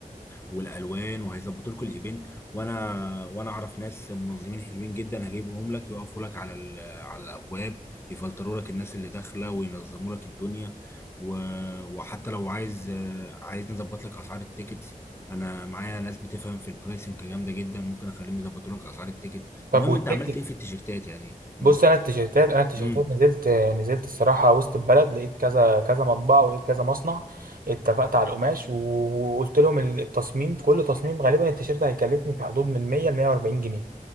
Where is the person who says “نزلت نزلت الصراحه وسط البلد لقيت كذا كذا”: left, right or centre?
Right